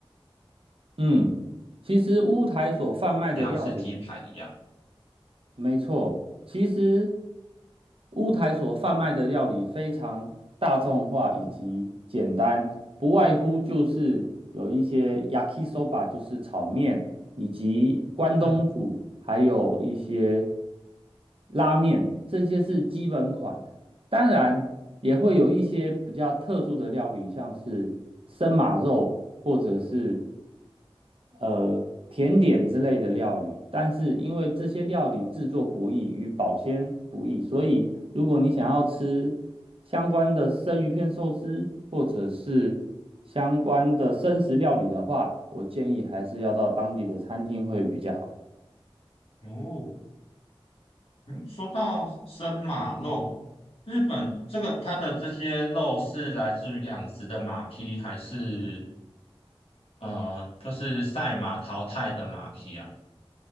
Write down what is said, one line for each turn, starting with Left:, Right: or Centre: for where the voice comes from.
Right: 嗯，其实乌台所贩卖的料理
Left: 一定要吃鸡排一样。
Right: 没错，其实乌台所贩卖的料理非常大众化以及简单，不外乎就是有一些 yakisoba，就是炒面，以及关东煮，
Left: 嗯，
Right: 还有一些拉面，这些是基本款。当然，也会有一些比较特殊的料理，像是生马肉或者是呃甜点之类的料理，但是因为这些料理制作不易与保鲜不易，所以如果你想要吃相关的生鱼片寿司或者是相关的生食料理的话，我建议还是要到当地的餐厅会比较好。
Left: 哦。嗯说到生马肉，日本这个它的这些肉是来自于养殖的马匹，还是呃，就是赛马淘汰的马匹啊？